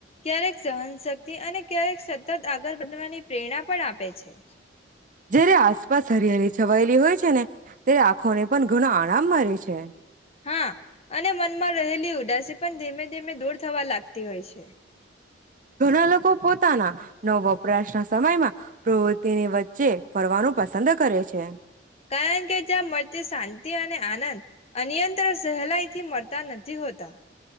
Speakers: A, on the left; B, on the right.
A: ક્યારેક સહનશક્તિ અને ક્યારેક સતત આગળ વધવાની પ્રેરણા પણ આપે છે
B: જયારે આસપાસ હરિયાળ છવાયેલી હોય છે ને ત્યારે આંખો ને પણ ઘણ આ આરામ મળે છે
A: હા અને મનમાં રહેલી ઉદાસી પણ ધીમે ધીમે દૂર થવા લાગતી હોય છે
B: ઘણા લોકો પોતાના. નો વપરાશના સમયમાં પ્રવૃત્તિની વચ્ચે ફરવાનું પસંદ કરે છે.
A: કારણ કે જ્યાં મળતી શાંતિ અને આનંદ, અનયંત્ર સહેલાઈ થી મળતા નથી હોતા.